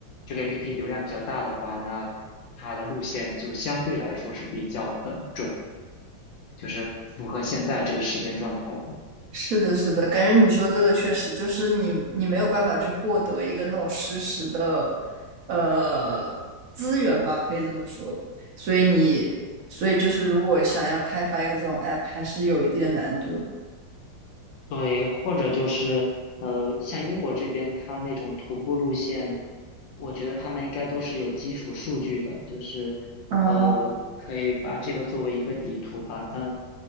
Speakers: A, on the left (about 75°); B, on the right (about 60°).
A: 这个 APP 流量比较大的话，那它的路线就相对来说是比较的，就是符合现在这个时间状态的。
B: 是的，是的，感觉你说这个确实就是你，你没有办法去获得一个那种实时的，呃，资源吧，可以这么说。所以你，所以就是如果想要开发一个这种 app，还是有一定的难度的。
A: 对，或者就是呃，像英国这边，它那种徒步路线，我觉得他们应该都是有基础数据的，就是呃，
B: 啊，
A: 可以把这个作为一个底图吧。但